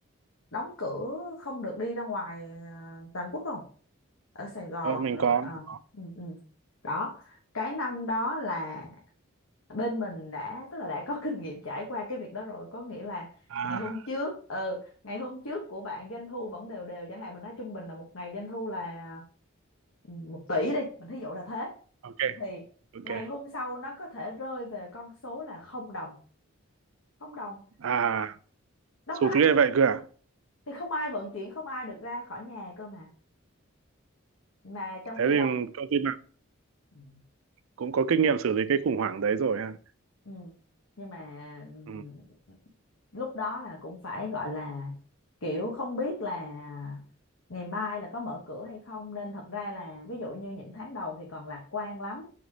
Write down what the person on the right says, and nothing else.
Ờ, mình
có
mình có
à
ok
ok
à
sụt
ghê
vậy cơ à
thế thì
công ty
cũng có kinh nghiệm xử lý cái khủng hoảng đấy rồi ha
ừ,